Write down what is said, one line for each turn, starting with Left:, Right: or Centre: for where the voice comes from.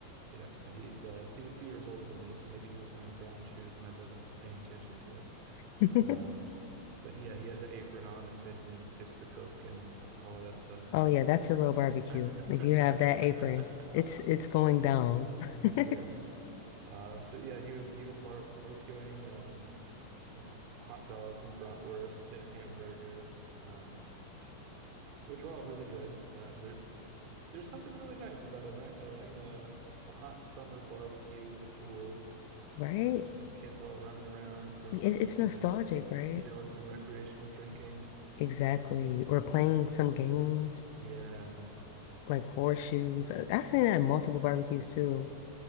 Right: you know, he's uh, he's a few years older than me, so maybe he was wearing brown shoes and I wasn't paying attention to it.
Left: <laughs>
Right: Um, but yeah, he had the apron on that said, you know, kiss the cook and uh, all of that stuff.
Left: Oh yeah, that's a real barbecue.
Right: <laughs>
Left: If you have that apron, it's it's going down. <laughs>
Right: yeah. Uh, so yeah, he was he was barbecuing, um, you know, hot dogs and bratwurst and hamburgers, um, which were all really good. Uh, there, there's something really nice about a night, uh, you know, a, a hot summer barbecue with a pool,
Left: Right?
Right: uh, kids all running around, grown
Left: It,
Right: ups
Left: it's nostalgic,
Right: uh,
Left: right?
Right: doing some recreational drinking.
Left: Exactly. Or playing some games
Right: Yeah, yeah,
Left: like horseshoes. Uh, I've seen that at multiple barbecues too.